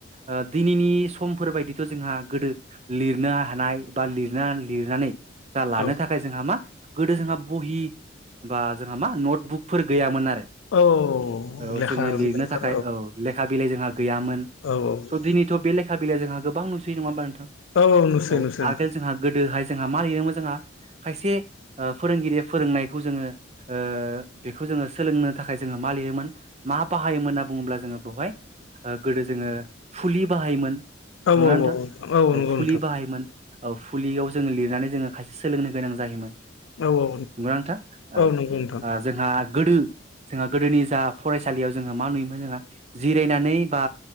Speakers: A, on the right (about 35°); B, on the left (about 80°).
A: ओ दिनैनि समफोर बायदिथ' जोंहा गोदो लिरनो हानाय बा लिरना-लिरनानै जा लानो
B: औ
A: थाखाय जोंहा मा गोदो जोंहा बहि बा जोंहा मा नटबुकफोर गैयामोन आरो।
B: औ
A: औ
B: लेखा
A: जोङो लिरनो
B: बिलाइफोर
A: थाखाय औ लेखा बिलाइ जोंहा गैयामोन।
B: औ औ
A: दिनैथ' बे लेखा बिलाइ जोंहा गोबां नुसैयो नङा होमा नोंथां?
B: औ नुसै
A: औ
B: नुसै नोंथां
A: आगोल जोंहा गोदोहाय जोंहा मा लिरो मो जोंहा खायसे ओ फोरोंगिरिया फोरोंनायखौ जोङो ओ बेखौ जोङो सोलोंनो थाखाय जोङो मा लिरोमोन मा बाहायोमोन होनना बुङोब्ला जोङो बेवहाय ओ गोदो जोङो फुलि बाहायोमोन।
B: औ
A: नंगौना
B: औ
A: नोंथां
B: औ
A: औ
B: नंगौ
A: फुलि
B: नोंथां
A: बाहायोमोन। औ फुलियाव जोङो लिरनानै जोङो खायसे सोलोंनो गोनां जायोमोन।
B: औ औ
A: नंगौना नोंथां? औ
B: नंगौ नोंथां
A: ओ जोंहा गोदो जोंहा गोदोनि जा फरायसालियाव जोंहा मा नुयोमोन जोंहा जिरायनानै बा